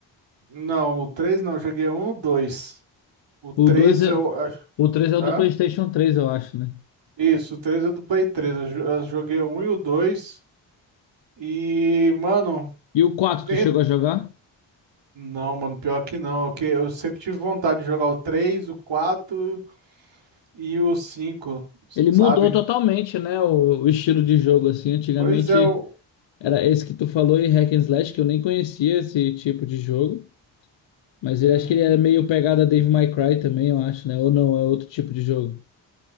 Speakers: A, on the right (about 70°); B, on the left (about 70°).
A: não, o 3 não, eu joguei Um, 2. O 3
B: O 2 é,
A: eu acho.
B: o 3 é o
A: Hã?
B: do PlayStation 3 eu acho, né?
A: Isso, o 3 é do Play 3. Eu, jo- eu joguei o 1 e o dois E, mano,
B: E o quatro
A: bem...
B: tu chegou a jogar?
A: não, mano, pior que não. que eu sempre tive vontade de jogar o 3, o 4 e o 5,
B: Ele
A: sabe?
B: mudou totalmente, né, o, o estilo de jogo assim. Antigamente
A: Pois é, o.
B: era esse que tu falou e hack and slash que eu nem conhecia esse tipo de jogo, mas ele
A: Uhum.
B: acho que ele era meio pegada Devil May Cry também, eu acho, né? Ou não, é outro tipo de jogo.